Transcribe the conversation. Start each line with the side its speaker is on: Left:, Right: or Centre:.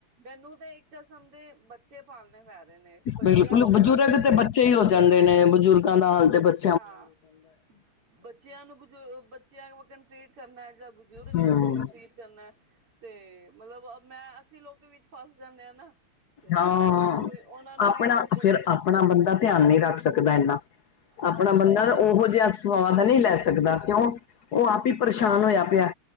Right: ਮੈਨੂੰ ਤੇ ਇੱਕ ਕਿਸਮ ਦੇ ਬੱਚੇ ਪਾਲਣੇੇ ਪੈ ਰਹੇ ਨੇ ਬੱਚਿਆਂ
Left: ਬਿਲਕੁਲ
Right: ਨੂੰ ਵੀ
Left: ਬਜ਼ੁਰਗ
Right: ਬੱਚਿਆਂ ਵਾਸਤੇ
Left: ਤੇ ਬੱਚੇ ਹੀ ਹੋ ਨੇ ਬਜ਼ੁਰਗਾਂ ਦਾ ਹਾਲ ਤੇ ਬੱਚੇ,
Right: ਹਾਂ ਬੱਚਿਆਂ ਨੂੰ <unintelligible> ਬੱਚਿਆਂ ਵਾਖਣ ਟ੍ਰੀਟ ਕਰਨਾ, ਜੇਹੜਾ ਬਜ਼ੁਰਗ
Left: ਹੂੰ
Right: ਏ ਉਹਨੂੰ ਵੀ ਟਰੀਟ ਕਰਨਾ ਤੇ, ਮਤਲਬ ਮੈਂ ਅਸੀਂ ਲੋਕ ਦੇ ਵਿੱਚ ਫਸ ਜਾਂਦੇ ਹਾਂ ਨਾ, ਤੇ
Left: ਹਾਂ
Right: ਉਹਨਾਂ ਨੂੰ ਵੀ ਉਹਨਾਂ ਨੂੰ
Left: ਆਪਣਾ
Right: ਵੀ ਕੁਛ <unintelligible>
Left: ਫਿਰ ਆਪਣਾ ਬੰਦਾ ਧਿਆਨ ਨਹੀਂ ਰੱਖ ਸਕਦਾ ਇੰਨਾ
Right: <unintelligible>
Left: ਆਪਣਾ ਬੰਦਾ ਨਾ ਉਹੋ ਜਿਹਾ ਸਵਾਦ ਨਹੀਂ ਲੈ ਸਕਦਾ ਕਿਉਂ ਉਹ ਆਪ ਹੀ ਪਰੇਸ਼ਾਨ ਹੋਯਾ ਪਯਾ।